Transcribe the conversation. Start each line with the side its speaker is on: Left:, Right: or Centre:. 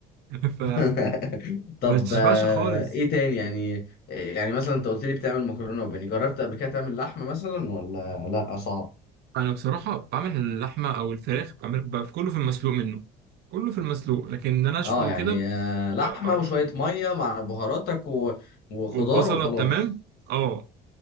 Right: <laughs> ف
Left: <laughs> طب
Right: ما تشبعش
Left: آه،
Right: خالص
Left: ايه تاني يعني يعني مثلا انت قلت لي بتعمل مكرونه وبانيه جربت قبل كده تعمل لحمه مثلا ولا لا صعب
Right: انا بصراحة بعمل اللحمة او الفراخ بعمل ب- كله في المسلوق منه كله في المسلوق لكن ان انا اشوي
Left: اه يعني
Right: كده
Left: آه، لحمه
Right: ما بعرفش
Left: وشويه ميه مع بهاراتك و- وخضار
Right: والبصلة
Left: وخلاص
Right: تمام اه